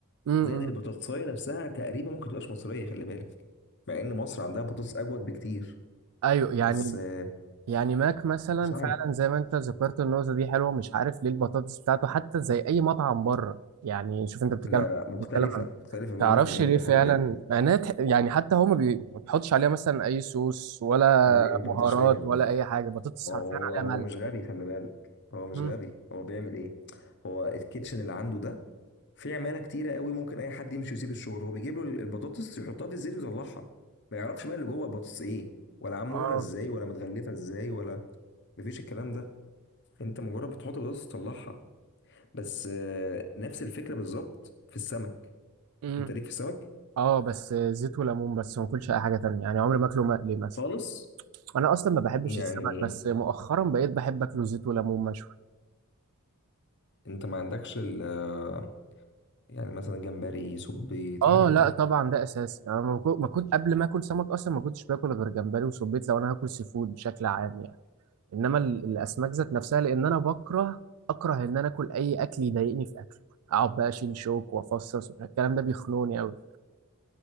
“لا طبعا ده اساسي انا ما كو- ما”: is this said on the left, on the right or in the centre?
Right